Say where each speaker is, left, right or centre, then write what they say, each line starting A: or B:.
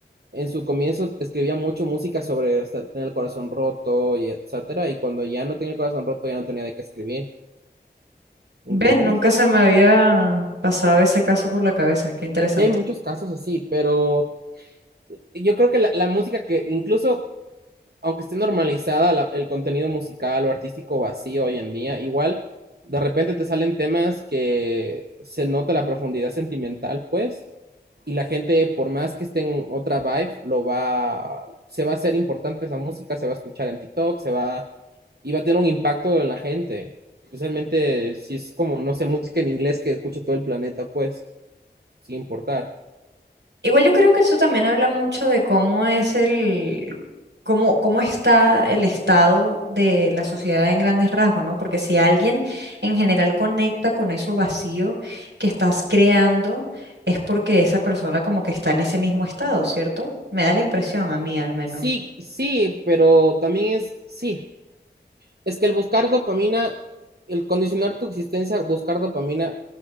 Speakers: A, on the right; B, on the right.
A: en su comienzo escribía mucho música sobre o sea, tener el corazón roto y etcétera, y cuando ya no tenía el corazón roto ya no tenía de qué escribir,
B: Ven,
A: ¿entiendes?
B: nunca se me había pasado ese caso por la cabeza, qué interesante.
A: Y hay muchos casos así, pero yo creo que la, la música que incluso aunque esté normalizada la- el contenido musical o artístico vacío hoy en día, igual de repente te salen temas que se nota la profundidad sentimental, pues, y la gente, por más que esté en otra vibe, lo va, se va a hacer importante esa música, se va a escuchar en TikTok, se va, y va a tener un impacto en la gente. Especialmente si es como, no sé, música en inglés que escuche todo el planeta, pues, sin importar.
B: Igual yo creo que eso también habla mucho de cómo es el, cómo, cómo está el estado de la sociedad en grandes rasgos, ¿no? Porque si alguien en general conecta con eso vacío que estás creando, es porque esa persona como que está en ese mismo estado, ¿cierto? Me da la impresión a mí al menos.
A: Sí, sí, pero también es, sí, Es que el buscar dopamina, el condicionar tu existencia a buscar dopamina